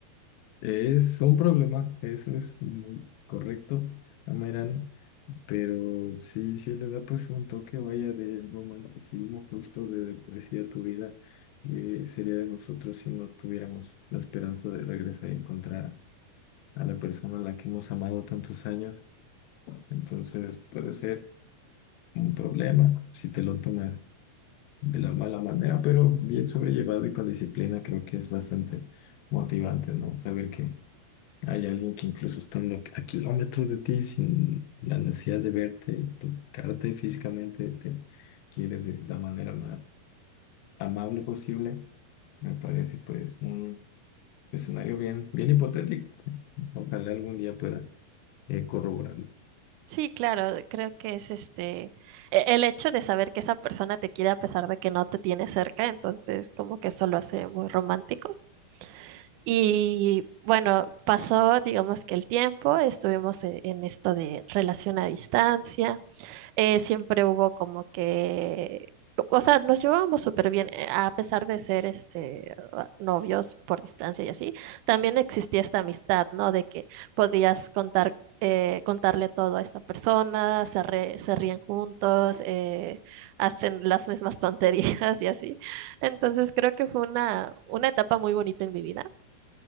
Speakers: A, on the left (about 80°); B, on the right (about 80°).
A: Es un problema, eso es muy correcto, Amerani, pero sí, sí le da pues un toque, vaya, de romanticismo justo, de poesía a tu vida. que sería de nosotros si no tuviéramos la esperanza de regresar y encontrar a la persona a la que hemos amado tantos años? Entonces puede ser un problema si te lo tomas de la mala manera, pero bien sobrellevado y con disciplina creo que es bastante motivante, ¿no? Saber que hay alguien que incluso estando a kilómetros de ti, sin la necesidad de verte, y tocarte físicamente, te quiere de la manera más amable posible, me parece pues un escenario bien, bien hipotético. Ojalá algún día pueda eh, corroborarlo.
B: Sí, claro, creo que es este e- el hecho de saber que esa persona te quiere a pesar de que no te tiene cerca, entonces como que eso lo hace muy romántico. Y bueno, pasó, digamos que el tiempo, estuvimos e- en esto de relación a distancia eh, siempre hubo como que, o sea, nos llevábamos súper bien, eh, a pesar de ser este, ah, novios por distancia y así, también existía esta amistad, ¿no? De que podías contar, eh, contarle todo a esta persona, se, re- se ríen juntos, eh, hacen las mismas <laughs> tonterías y así. Entonces creo que fue una, una etapa muy bonita en mi vida,